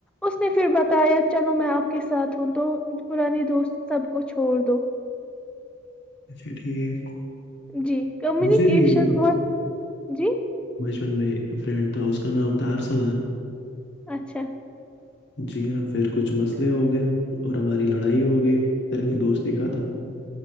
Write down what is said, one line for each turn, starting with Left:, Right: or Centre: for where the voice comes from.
Centre: اس نے پھر بتایا چلو میں آپ کو کے ساتھ ہوں تو پرانے دوست سب کو چھوڑ دو
Left: اچھا ٹھیک
Centre: جی کمینیکیشن
Left: مجھے بھی ایک
Centre: بہت جی
Left: پ میں فرینڈ تھا اس کا نام تھا ارسلان
Centre: اچھا
Left: جی ہاں پھر کچھ مسئلے ہو گئے اور ہماری لڑائی ہو گئی پھر ایک دوستی ختم